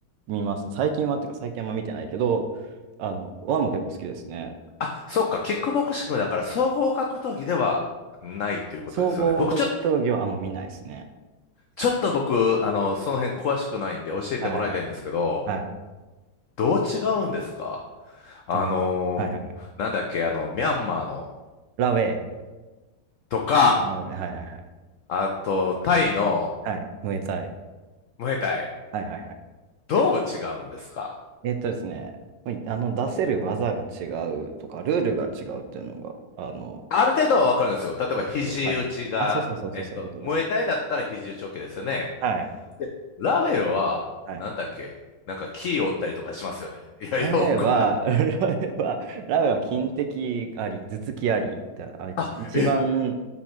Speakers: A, on the right (about 75°); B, on the left (about 85°).
A: 見ます。最近はっていうか最近はあんま見てないけど、あの、ワンも結構好きですね。
B: あ、そうか、キックボクシングだから総合格闘技ではないということですよね。
A: 総合格闘技はあんま見ないですね。
B: 僕、ちょ、ちょっと僕、あの、その辺詳しくないんで教えてもらいたいんですけど、
A: はいはいはいはい。はい。えっ
B: どう違うんですかあのーなんだっけ、
A: とね、はいはいはい。
B: あの、ミャンマーの、
A: ラウェイ、
B: とか、
A: m r はいはいはい。
B: あと、タイの
A: はい、ムエタイ。
B: ムエタイ、
A: はいはいはい。
B: どう違うんですか
A: えっとですね、まああの、出せる技が違うとか、ルールが違うっていうのが、あの、
B: ある程度はわかるんですよ。例えば、肘打ちが、
A: はいはい。あ、そうそうそうそう、
B: えっと、
A: そういうことです。
B: ムエタイだったら肘打ち OK ですよね。
A: はい。
B: でラウェイは、
A: はい。
B: なんだっけ、なんか、キー折ったりとかしますよね。いやいや、
A: ラメは、
B: これ、<laughs>
A: <laughs> ラメは、ラメは金的あり、頭突きありってあ一一番、
B: あ、え、